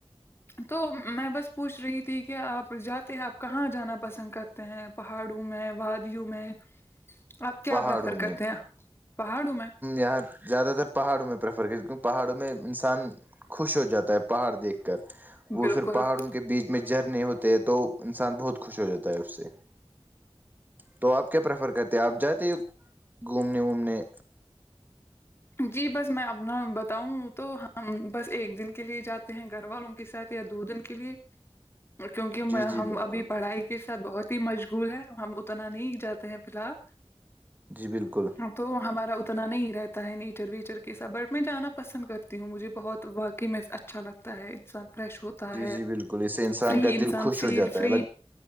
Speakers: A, on the left; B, on the right.
A: تو میں بس پوچھ رہی تھی کہ آپ جاتے ہیں آپ کہاں جانا پسند کرتے ہیں پہاڑوں میں وادیوں میں آپ کیا
B: پہاڑوں
A: پریفر
B: میں
A: کرتے ہیں پہاڑوں میں
B: یہاں زیادہ تر پہاڑوں میں پریفر کر کیونکہ پہاڑوں میں انسان خوش ہو جاتا ہے پہاڑ دیکھ کر وہ
A: بالکل
B: پھر پہاڑوں کے بیچ میں جھرنے ہوتے ہے تو انسان بہت خوش ہو جاتا ہے اس سے تو آپ کیا پریفر کرتے آپ جاتے ہیں گھومنے ومنے
A: جی بس میں اپنا بتاؤں تو ہم بس ایک دن کے لیے جاتے ہیں گھر والوں کے ساتھ دو دن کے لیے کیونکہ ہم
B: جی جی
A: میں
B: بالکل
A: ابھی پڑھائی کے ساتھ بہت مشغول ہے ہم اتنا نہیں جاتے ہیں فی الحال
B: جی بالکل
A: تو ہمارا اتنا نہیں رہتا ہے نیچر ویچر کےساتھ بٹ میں جانا پسند کرتی ہوں مجھے بہت واقعی میں اچھا لگتا ہے انسان فریش ہو ہوتا
B: جی
A: ہے
B: جی بالکل اس سے
A: فری
B: کا
A: انسان
B: دل خوش
A: فیل
B: ہو جاتا
A: فری
B: ہے الگ